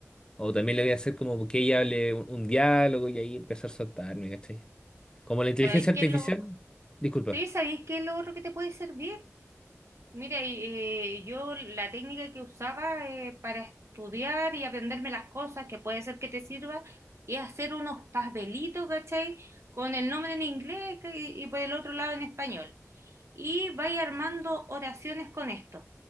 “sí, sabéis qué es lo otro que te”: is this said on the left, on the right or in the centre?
Right